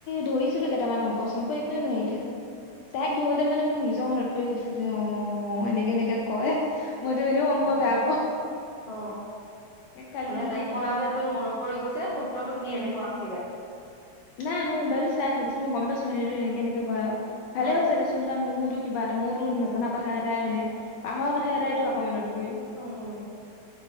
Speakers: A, on the left; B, on the right.
A: ধৰিছিলো কেইটামান অংক -চংক একোৱে নোৱাৰিলে। তাইক ধৰোতে মানে মোৰ নিজৰ মনত পৰি গৈছে যে অ এনেকে এনেকে কয়। মইতো এনেও
B: উম
A: অংক বেয়া পাওঁ।
B: অ
A: এ কালি
B: মানে তাইক
A: কিবা
B: কৰাওঁতে তোৰ মনত পৰি গৈছে সূত্ৰটো কি
A: উম
B: এনেকুৱা আছিলে।
A: নাই মই মোবাইল চাই আছো তাৰপিছত মই গম পাইছো মানে ইটোচোন এনেকে এনেকে। কয় আৰু
B: অ
A: ভালে হৈছে দেচোন কাৰণ মোৰতো কিবা এটা মোৰতো নাজানা কথা এটাই মানে পাহৰা কথা
B: সেইটোৱে
A: এটাইটো আকৌ মনত পৰিল।
B: উম